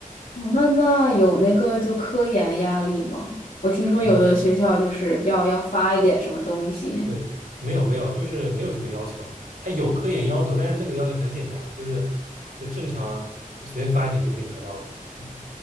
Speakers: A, on the left; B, on the right.
A: 哦，那那有那个就科研压力吗？我听说有的学校就是要要发一点什么东西。
B: 呃对，没有没有，就是没有什么要求。他有科研要求，但是那个要求很简单，就是就正常你随便发一篇就可以达到了。嗯，